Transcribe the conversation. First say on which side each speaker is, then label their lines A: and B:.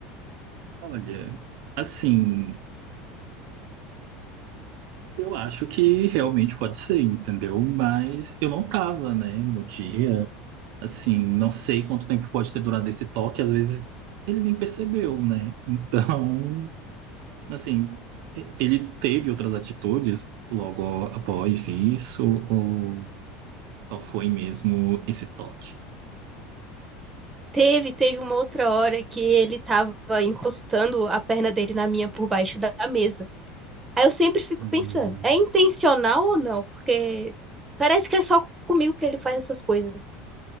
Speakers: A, on the right (about 70°); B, on the right (about 20°).
A: Olha, assim. Eu acho que realmente pode ser, entendeu? Mas eu não tava, né, no dia. Assim, não sei quanto tempo pode ter durado esse toque, às vezes ele nem percebeu, né? <laughs> Então, assim, e- ele teve outras atitudes logo após isso, ou só foi mesmo esse toque?
B: Teve, teve uma outra hora que ele tava encostando a perna dele na minha por baixo da mesa. Aí eu sempre fico
A: Hum.
B: pensando, é intencional ou não? Porque parece que é só comigo que ele faz essas coisas.